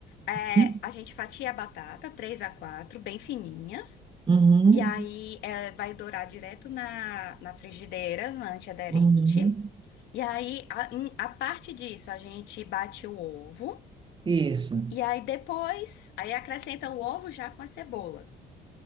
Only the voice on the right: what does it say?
uhum,
uhum,
uhum.
isso.